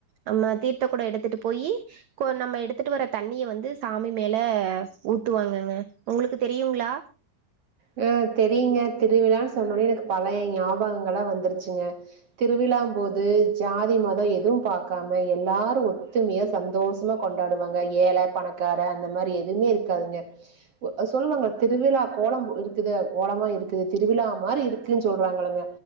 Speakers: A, on the right; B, on the right.
A: நம்ம தீர்த்த கூட எடுத்துட்டு போயி கொ நம்ம எடுத்துட்டு வர தண்ணிய வந்து சாமி மேல ஊத்துவாங்கங்க ஒங்ளுக்கு தெரியுங்ளா
B: யோ தெரியுங்க திருவிழான் சொன்னோனே எனக்கு பழைய ஞாபகங்களா வந்துருச்சுங்க திருவிழாம்போது ஜாதி மத எதுவு பாக்காம எல்லாரு ஒத்துமியா சந்தோஷமா கொண்டாடுவாங்க ஏழ பணக்கார அந்த மாரி எதுவ்மே இருக்காதுங்க ஒ அ சொல்லுவாங்க திருவிழா கோலம்பு இருக்குதே கோலமா இருக்குது திருவிழா மாரி இருக்குச் சொல்றாங்கள்லங்க